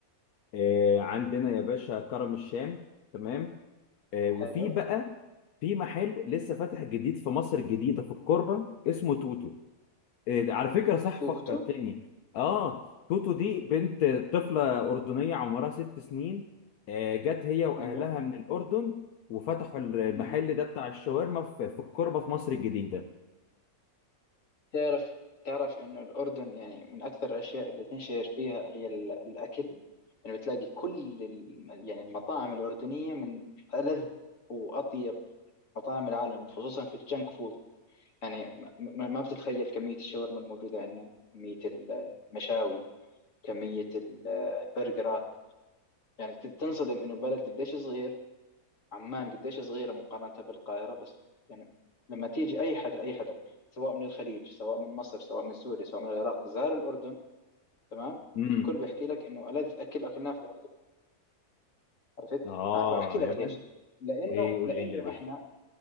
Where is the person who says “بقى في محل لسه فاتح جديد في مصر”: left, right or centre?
Left